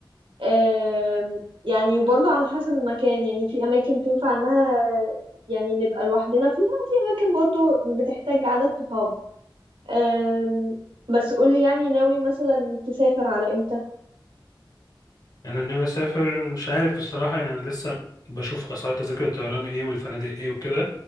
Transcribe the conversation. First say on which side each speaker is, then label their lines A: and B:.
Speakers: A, on the right; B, on the left.
A: آم، يعني وبرضه على حسب المكان يعني في أماكن تنفع إنها يعني نبقى لوحدنا فيها وفي أماكن برضه بتحتاج عدد صحاب آم، بس قولي يعني ناوي مثلا تسافر على إمتى
B: يعني انا ناوي اسافر مش عارف بصراحه يعني انا لسه بشوف اسعار تذاكر الطيران ايه والفنادق ايه وكده